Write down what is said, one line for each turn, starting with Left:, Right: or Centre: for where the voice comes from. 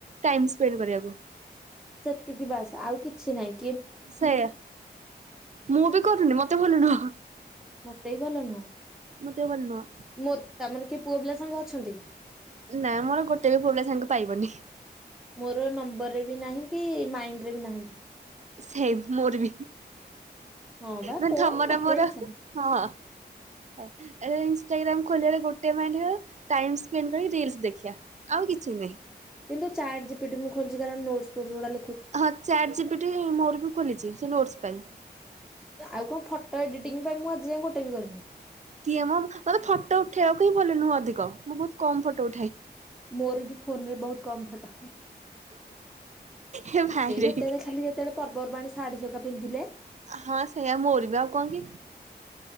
Right: ଟାଇମ୍ ସ୍ପେଣ୍ଡ କରିବାକୁ।
Centre: ଏତିକି ବାସ୍ ଆଉ କିଛି ନାଇଁ।
Right: ସେୟା ମୁଁ ବି କରୁନି ମତେ ଭଲନୁହ।
Centre: ମତେ ବି ଭଲ ନୁହଁ।
Right: ମୋ ଦେହ ଭଲ ନୁହଁ।
Centre: ମୋର, ତମର କିଏ ପୁଅ ପିଲା ସାଙ୍ଗ ଅଛନ୍ତି?
Right: ନା ମୋର ଗୋଟେ ବି ପୁଅ ପିଲା ସାଙ୍ଗ ପାଇବନି।
Centre: ମୋର ନମ୍ବରରେ ବି ନାହିଁ କି ମାଇଣ୍ଡ ରେ ବି ନାହାନ୍ତି।
Right: ସେମ ମୋର ବି।
Centre: ହଁ ବା
Right: ମାନେ
Centre: କଣ
Right: ତମର
Centre: ମତେ
Right: ମୋର
Centre: ଇଚ୍ଛା
Right: ହଁ।
Centre: ନାହିଁ
Right: <inaudible> ଇନ୍‌ଷ୍ଟା ଗ୍ରାମ ଖୋଲିବାର ଗୋଟେ ମାଇଣ୍ଡ ହେରା, ଟାଇମ୍ ସ୍ପେଣ୍ଡ କରି ରିଲ୍ସ ଆଉ କି କି ନାହିଁ।
Centre: କିନ୍ତୁ ଚାଟ ଜିପି ଟି ମୁ ଖୋଲିଛି କାରଣ ନୋଟ୍ସ ଫୋଷ୍ଟ ଗୁଡ଼ା
Right: ହଁ ଚାଟ ଜିପି ଟି ମୋର ବି ଖୋଲିଛି ସେ ନୋଟ୍ସ ପାଇଁ।
Centre: ଆଉ କଣ ଫଟୋ ଏଡିଟିଂ ପାଇଁ ମୁଁ ଆଜି ଯାଏ ଗୋଟେ ବି କରିନି।
Right: କିଏ ମୋ ମତେ ଫଟୋ ଉଠେଇବାକୁ ହିଁ ଭଲ ନୁହଁ ଅଧିକ। ମୁଁ ବହୁତ କମ ଫଟୋ ଉଠାଏ।
Centre: ମୋର ବି ଫୋନରେ ବହୁତ କମ୍ ଫଟ। ସେଇ
Right: ହେ ଭାଇରେ
Centre: ଯେତେବେଳେ ଖାଲି ଯେତେବେଳେ ପର୍ବପର୍ବାଣୀ ଶାଢୀ ଜକା ପିନ୍ଧିଲେ।
Right: ହଁ ସେଇୟା ମୋରବି ଆଉ କଣ କି।